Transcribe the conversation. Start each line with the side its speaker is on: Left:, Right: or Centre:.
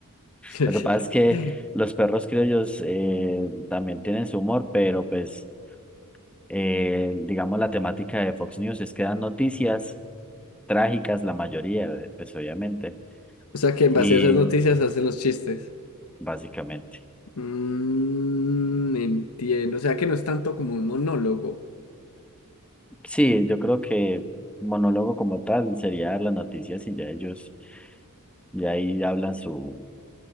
Left: <laughs>
Centre: Lo que pasa es que los perros criollos eh, también tienen su humor, pero pues, eh, digamos, la temática de Fox News es que dan noticias trágicas la mayoría, eh, pues obviamente,
Left: O sea que en
Centre: y
Left: base a esas noticias hacen los chistes.
Centre: básicamente.
Left: Mm, entiendo, o sea que no es tanto como un monólogo,
Centre: Sí, yo creo que monólogo como tal sería dar las noticias y ya ellos, ya ahí hablan su,